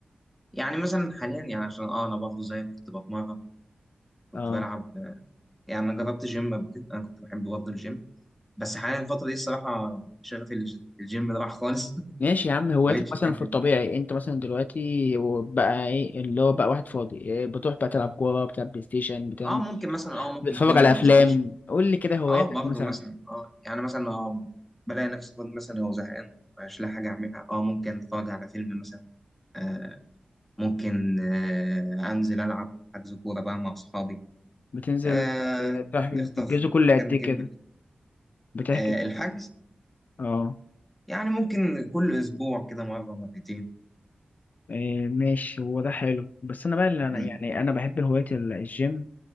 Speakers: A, in the centre; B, on the left.
A: يعني مثلا حاليا يعني عشان اه انا برضه زي كنت بتمرن كنت
B: اه
A: بلعب آه، يعني انا جربت جيم قبل كده انا كنت بحب برضه الجيم بس حاليا الفتره دي الصراحه يعني شغفي للج- الجيم ده راح خالص <laughs>
B: ماشي يا عم هواياتك
A: ما بقتش
B: مثلا
A: احب
B: في الطبيعي انت مثلا دلوقتي بقى ايه اللي هو بقى واحد فاضي إيه بتروح بقى تلعب كوره بتلعب بلاي ستيشن بتعمل
A: اه ممكن
B: إيه؟
A: مثلا اه ممكن
B: بتتفرج
A: كوره
B: على
A: بلاي
B: افلام
A: ستيشن
B: قول لي كده هواياتك
A: اه برضه
B: مثلا
A: مثلا اه يعني مثلا اه بلاقي نفسي فاضي مثلا او زهقان مش لاقي حاجه اعملها اه ممكن اتفرج على فيلم مثلا آه ممكن آه انزل العب حجز كوره بقى مع اصحابي
B: بتنزل
A: آه
B: آه، تحكي
A: نخطف
B: الجزء كل قد
A: كام
B: ايه
A: جيم
B: كده
A: بلاي.
B: بتحكي
A: آه الحجز
B: اه
A: يعني ممكن كل اسبوع كده مره مرتين
B: إيه ماشي هو ده حلو بس انا بقى اللي انا
A: مم،
B: يعني انا بحب هواية ال- الجيم